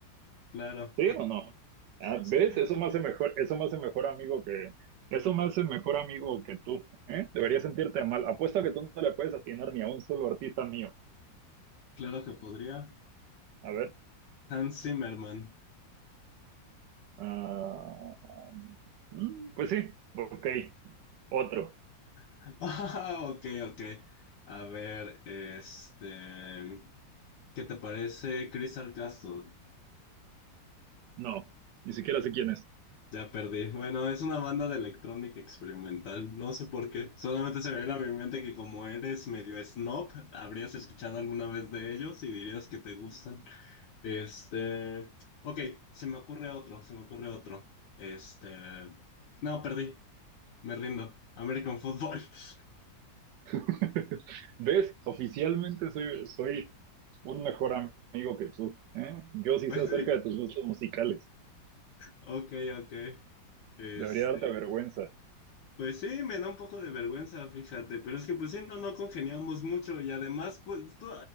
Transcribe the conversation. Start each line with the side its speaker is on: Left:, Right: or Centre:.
Left: Claro.
Right: ¿sí o no? Ah,
Left: Sí,
Right: ¿ves? Eso me hace mejor, eso me hace mejor amigo que, eso me hace mejor amigo que tú, ¿eh? Deberías sentirte mal. Apuesto a que tú no le puedes atinar ni a un solo artista mío.
Left: claro que podría.
Right: A ver,
Left: Hans Zimmerman.
Right: ah, mm, pues sí, ok, otro.
Left: <laughs> Ah, ok, ok. A ver, este. ¿Qué te parece Crystal Castle?
Right: No, ni siquiera sé quién es.
Left: Ya perdí. Bueno, es una banda de electrónica experimental. No sé por qué. Solamente se me viene a mi mente que como eres medio snob, habrías escuchado alguna vez de ellos y dirías que te gustan. Este, ok, se me ocurre otro, se me ocurre otro. Este, no, perdí. Me rindo. American Football. <laughs>
Right: <laughs> ¿Ves? Oficialmente soy, soy un mejor amigo que tú, ¿eh? Yo sí
Left: Pues
Right: sé acerca
Left: sí.
Right: de tus gustos musicales.
Left: Ok, ok. Este,
Right: Debería darte vergüenza.
Left: Pues sí, me da un poco de vergüenza, fíjate, pero es que pues sí, no, no congeniamos mucho y además pues tú-